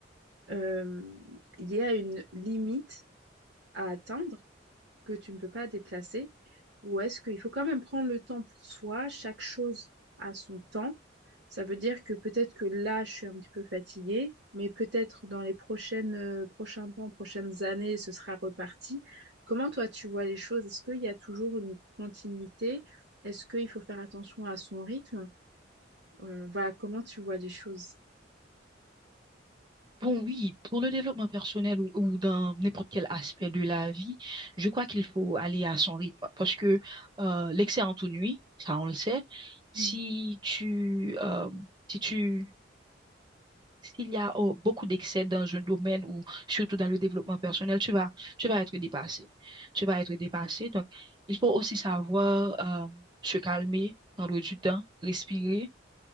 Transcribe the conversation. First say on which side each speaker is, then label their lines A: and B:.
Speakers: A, on the right (about 65°); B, on the right (about 25°).
A: euh, il y a une limite à atteindre? que tu ne peux pas déplacer, ou est-ce qu'il faut quand même prendre le temps pour soi, chaque chose a son temps. Ça veut dire que peut-être que là, je suis un petit peu fatiguée, mais peut-être dans les prochaines, euh, prochains temps, prochaines années, ce sera reparti. Comment toi, tu vois les choses? Est-ce qu'il y a toujours une continuité? Est-ce qu'il faut faire attention à son rythme? Euh, voilà, comment tu vois les choses?
B: Bon, oui, pour le développement personnel ou, ou dans n'importe quel aspect de la vie, je crois qu'il faut aller à son rythme parce que euh, l'excès ennuie, ça on le sait. Si
A: Hmm,
B: tu, euh, si tu, s'il y a oh, beaucoup d'excès dans un domaine ou surtout dans le développement personnel, tu vas, tu vas être dépassé. Tu vas être dépassé. Donc, il faut aussi savoir euh, se calmer, prendre du temps, respirer